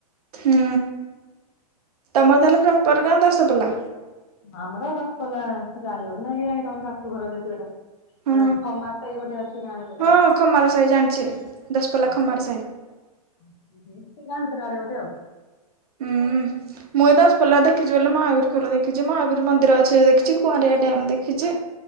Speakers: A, on the right; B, on the left.
A: ହୁଁ ତମର ତାହେଲେ ପ୍ରପର୍ ଗାଁ ଦଶପଲା।
B: ଆମର ଦଶପଲା ଜାଣିବ କି ନାଇଁ କେଜାଣି ତମ ଶାଶୁ ଘର ଯେହେତୁ ଏଟା।
A: ହଁ
B: ଆଁ ଖମାର ସାହି ଗୋଟେ ଅଛି ଗାଁ ପଟେ
A: ହଁ ଖମାର ସାହି ଜାଣିଛି ଦଶପଲ୍ଲା
B: ଆଉ
A: ଖମାର
B: ସେ
A: ସାହି
B: ଆଉ ସେ ସେଇ ସେଇ ଗାଁ ଉତ୍ତରା ଗୋଟେ ଆଉ।
A: ହୁଁ। ମୁଁ ଏ ଦଶପଲା ଦେଖିଛି ବୋଲେ ମହାବୀର ଖୋଲ ଦେଖିଛି ମହାବୀର ମନ୍ଦିର ଅଛି ଦେଖିଛି କୁଆଁରିଆଡ୍ୟାମ୍ ଦେଖିଛି।